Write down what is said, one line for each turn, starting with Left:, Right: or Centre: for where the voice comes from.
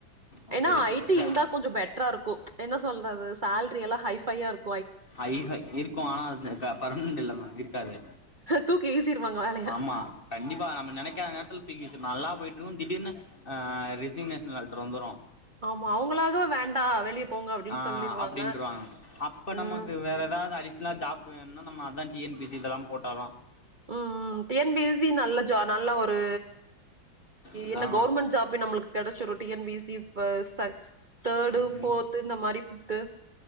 Left: okay
Right: ஏன்னா
Left: okay
Right: I
Left: ma'am
Right: T
Left: sir
Right: இருந்தா கொஞ்ச பெட் ரா இருக்கு என்ன சொல்றது சேல்ரி எல்லா ஹைஃபையா இருக்கு
Left: ஹய்ஃபை இருக்கு ஆனா அது பர்மனன்ட் இல்ல மேம் இருக்காது
Right: தூக்கி வீசிடுவாங்க வேலையா
Left: ஆமா கண்டிப்பா நம்ம நெனைக்காத நேரத்துல தூக்கி வீசுரு நல்லா போயிட்டு இருக்கு திடீர்னு அ அ ரிசிங் நேஷனல் லெட்ரு வந்துரு
Right: ஆமா அவுங்களாகவ வேண்டா வெளிய போங்க அப்படின்னு
Left: ஆ
Right: சொல்லிருவாங்க.
Left: அப்டின்றவாங்க அப்ப
Right: ம்.
Left: நமக்கு வேற ஏதாது அடிஷ்னலா ஜாப் இப்ப என்ன நம்ம அதா டி என் பி சிக்கெல்லா போட்டாதா
Right: ம் ம் T N P S C நல்ல ஜா நல்ல ஒரு
Left: அதா
Right: என்ன கவுர்மெண்ட் ஜாபே நம்ளுக்கு கெடச்சிரு டி என் பி சி வ ச தேர்டு
Left: மேம்
Right: ஃபோர்த்து
Left: ம்
Right: இந்த மாரி ஃபிஃப்த்து